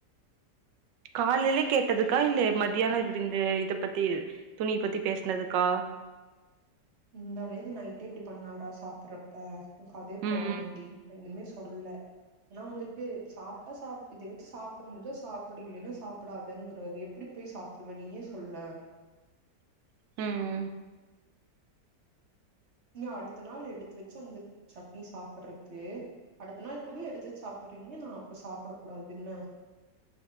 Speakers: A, on the right; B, on the right.
A: காலையில கேட்டதுக்கா இல்ல மதியான இப்டி இந்த இத பத்தி துணிய பத்தி பேசுனதுக்கா
B: முந்தா நேத்து நைட்டே இப்டி பண்ணாரா சாப்புடுறப்ப எனக்கு அதே
A: ம்
B: கோவண்டி
A: ம்
B: ஒன்னுமே சொல்ல ஏன்னா வந்துட்டு சாப்ட்டா சாப் இத வச்சு சாப்ட முடிஞ்சா சாப்டு இல்லன்னா சாப்டாதங்கிறாரு எப்டி போய் சாப்டுவ நீயே சொல்ல
A: ம்ம்
B: நீ அடுத்த நாள் எடுத்து வச்சு அந்த சட்னி சாப்டுறக்கு அடுத்த நாள் குட எடுத்து சாப்டுறீங்க நா அப்ப சாப்ட கூடாது என்ன